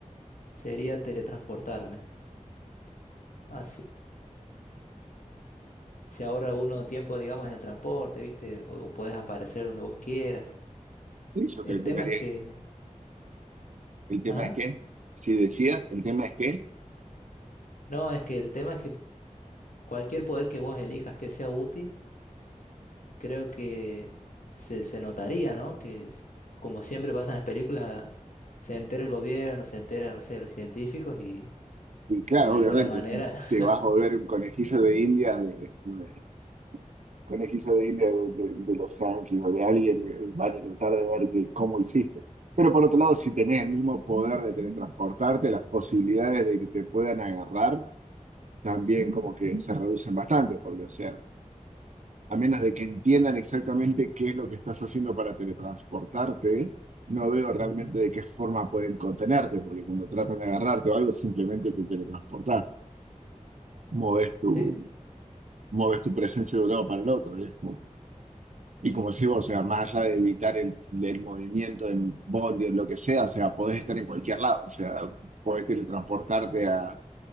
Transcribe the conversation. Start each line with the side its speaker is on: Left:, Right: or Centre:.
Left: sería teletransportarme. Así se ahorra uno tiempo, digamos, en el transporte, ¿viste? O, o podés aparecer donde vos quieras.
Right: Sí, yo
Left: El
Right: calcularía.
Left: tema es que...
Right: El tema
Left: ¿Ah?
Right: es que, si decías, el tema es que,
Left: No, es que el tema es que cualquier poder que vos elijas que sea útil, creo que se, se notaría, ¿no? Que es- como siempre pasa en las películas, se entera el gobierno, se entera, no sé, los científicos y,
Right: y claro,
Left: y de alguna
Right: obviamente,
Left: manera...
Right: te
Left: <laughs>
Right: vas a volver un conejillo de indias, de, de- conejillo de indias de, de- de los yanquis o de alguien, eh, van a intentar de ver que- cómo hiciste. Pero por otro lado, si tenés el mismo poder de teletransportarte, las posibilidades de que te puedan agarrar también como que se reducen bastante, porque, o sea, a menos de que entiendan exactamente qué es lo que estás haciendo para teletransportarte, no veo realmente
Left: Ujú.
Right: de qué forma pueden contenerte, porque cuando tratan de agarrarte o algo, simplemente te teletransportás, moves tu,
Left: Eh,
Right: moves tu presencia de un lado para el otro, y es como que- y como decís vos, o sea, más allá de evitar el, el movimiento en bondi, en lo que sea, o sea, podés estar en cualquier lado, o sea, podés teletransportarte a